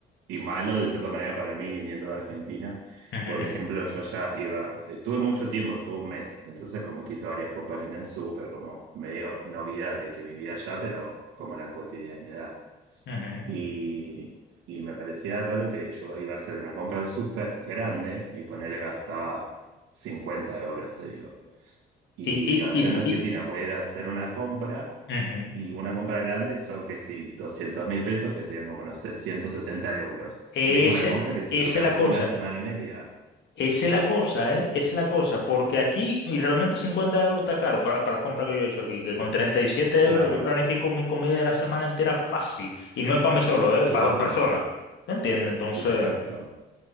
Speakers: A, on the right; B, on the left.
A: y malo de cierta manera para mí viniendo de Argentina.
B: ujú,
A: Por ejemplo, yo ya iba, estuve mucho tiempo, estuve un mes, entonces como que hice varias compras en el súper, como medio novedad de que vivía allá, pero como la cotidianidad.
B: ujú, ujú.
A: Y, y me parecía raro que yo iba a hacer una compra súper grande y ponerle gastaba 50 euros, te digo. Y
B: Y, y,
A: acá
B: y,
A: en Argentina
B: y-
A: voy a ir a hacer una compra
B: ujú.
A: y una compra grande son que sí, doscientos mil pesos, que serían como, no sé, 170 euros.
B: Ese-
A: Y es una compra que te
B: Esa
A: dura
B: es la cosa.
A: una semana y media.
B: Esa es la cosa, ¿eh? Esa es la cosa, porque aquí y realmente 50 euros está caro para, para las compras que yo he hecho aquí, que con 37 euros
A: Claro,
B: yo planifico mi comida de la semana entera fácil, y no es para mí solo, ¿eh?
A: claro,
B: Para dos personas, ¿te entiendes? Entonces,
A: exacto.